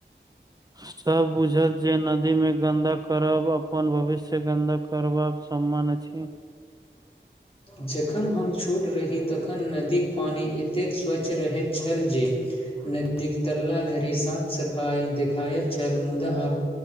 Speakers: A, on the right (about 20°); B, on the left (about 30°).
A: सब बुझत जे नदी में गन्दा करब अपन भविष्य गन्दा करबाक सम्मान अछि
B: जखन हम छोट रही तखन नदीक पानि एतेक स्वच्छ रहैत छल जे नदीक तल्ला धरि साफ सफाइ देखायत छल मुदा आब